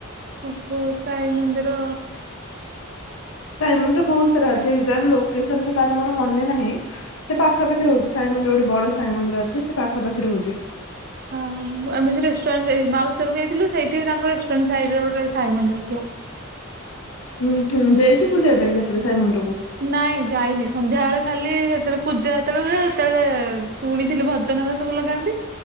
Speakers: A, on the right (about 45°); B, on the left (about 80°).
A: ଓହୋ ସାଇ ମନ୍ଦିର।
B: ସାଇ ମନ୍ଦିର ବହୁତ ସାରା ଅଛି ଏଜାକ୍ଟ ଲୋକେସନ ତାହେଲେ ମୋର ମନେ ନାହିଁ ସେ ପାଖାପାଖି ରହୁଛି। ର ଗୋଟେ ବଡ ସାଇ ମନ୍ଦି ଅଛି ସେ ପାଖାପାଖି ରହୁଛି
A: ହଁ, ଆମେ ଯ ରେଷ୍ଟୁରାଣ୍ଟ ମାଉଶି ଘରକୁ ଯାଇଥିଲୁ। ସେଇଠ ତାଙ୍କର ରେଷ୍ଟୁରାଣ୍ଟ ସାଇଡ ଗୋଟେ ସାଇ ମନ୍ଦିର ଥିଲା।
B: ହୁଁ ହୁଁ ଯାଇଛୁ ବୁଲିବା ପାଇଁ ଯେତେବେଳେ ସାଇ ମନ୍ଦିର?
A: ନାଇଁ। ଯାଇନି ସନ୍ଧ୍ୟା ବେଳେ ଖାଲି ସେତେବେଳେ ପୂଜା ଯେତେବେଳେ ହୁଏ ସେତେବେଳେ ଶୁଣିଥିଲି ଭଜନ ଲଗାନ୍ତି।